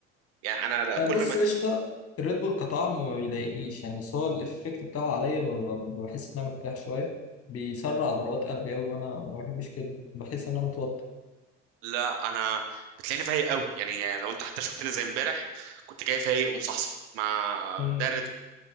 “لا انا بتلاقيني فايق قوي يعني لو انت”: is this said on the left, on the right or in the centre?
Right